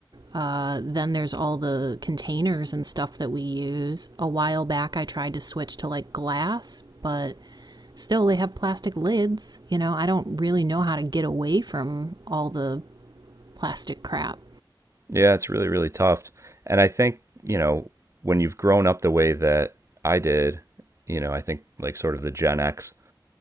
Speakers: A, on the right; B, on the right.
A: Uh, then there's all the containers and stuff that we use. A while back, I tried to switch to like glass, but still they have plastic lids. You know, I don't really know how to get away from all the plastic crap.
B: Yeah, it's really, really tough. And I think, you know, when you've grown up the way that I did, you know, I think like sort of the Gen X